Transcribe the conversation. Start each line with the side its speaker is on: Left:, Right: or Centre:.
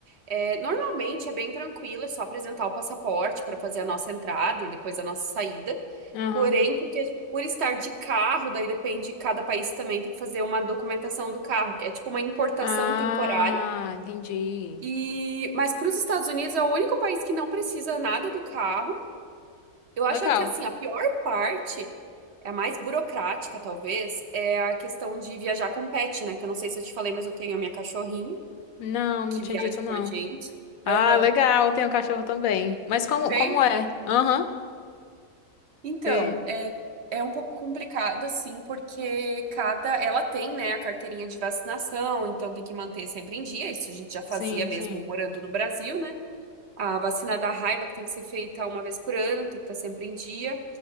Right: É, normalmente é bem tranquilo, é só apresentar o passaporte para fazer a nossa entrada e depois a nossa saída.
Left: Aham.
Right: Porém, porque por estar de carro, daí depende, cada país também tem que fazer uma documentação do carro, que é tipo uma importação
Left: Ah,
Right: temporária.
Left: entendi.
Right: E mas para os Estados Unidos é o único país que não precisa nada do carro. Eu acho
Left: Legal.
Right: que assim, a pior parte, é a mais burocrática talvez, é a questão de viajar com pet, né? Que eu não sei se eu te falei, mas eu tenho a minha cachorrinha
Left: Não, não
Right: que
Left: tinha
Right: viaja
Left: dito não.
Right: com a gente.
Left: Ah,
Right: Aham.
Left: legal, tem um cachorro também. Mas como,
Right: Tem?
Left: como é? Aham.
Right: Então,
Left: Tem.
Right: é, é um pouco complicado, assim, porque cada. Ela tem, né, a carteirinha de vacinação, então tem que manter sempre em dia. Isso a gente já fazia
Left: Sim,
Right: mesmo
Left: sim.
Right: morando no Brasil, né? A vacina da raiva, que tem que ser feita uma vez por ano, tem que estar sempre em dia.